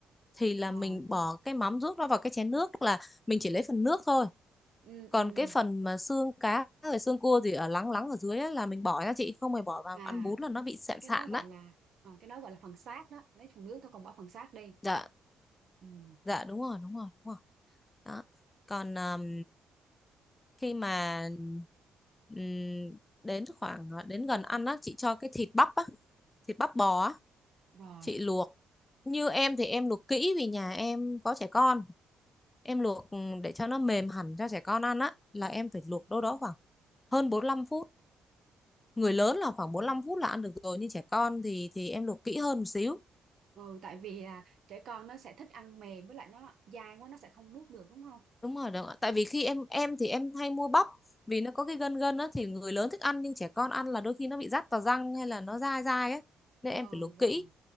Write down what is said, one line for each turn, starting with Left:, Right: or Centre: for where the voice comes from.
Left: thì là
Right: rồi.
Left: mình bỏ cái mắm ruốc đó vào cái chén nước là mình chỉ lấy phần nước thôi
Right: Ừ
Left: còn
Right: ừ.
Left: cái phần mà xương cá rồi xương cua gì ở lắng lắng ở dưới ấy, là mình bỏ nha chị không phải bỏ vào
Right: à
Left: ăn bún là nó bị sạn
Right: cái
Left: sạn
Right: đó gọi
Left: đấy
Right: là ờ, cái đó gọi là phần xác đó lấy phần nước thôi còn bỏ phần xác đi
Left: dạ
Right: ừ,
Left: dạ đúng rồi đúng rồi đúng rồi đó còn um, khi mà um, đến khoảng ờ, đến gần ăn á chị cho cái thịt bắp á thịt bắp bò á
Right: rồi
Left: chị luộc như em thì em luộc kỹ vì nhà em có trẻ con em luộc ừ, để cho nó mềm hẳn cho trẻ con ăn á là em phải luộc đâu đó khoảng hơn 45 phút người lớn là khoảng 45 phút là ăn được rồi nhưng trẻ con thì thì em luộc kỹ hơn một xíu
Right: ừ, tại vì là trẻ con nó sẽ thích ăn mềm với lại nó dai quá nó sẽ không nuốt được đúng không
Left: đúng rồi đúng ạ. tại vì khi em em thì em hay mua bắp vì nó có cái gân gân á thì người lớn thích ăn nhưng trẻ con ăn là đôi khi nó bị rát vào răng hay là nó dai dai á nên em
Right: ừ
Left: phải luộc
Right: rồi
Left: kỹ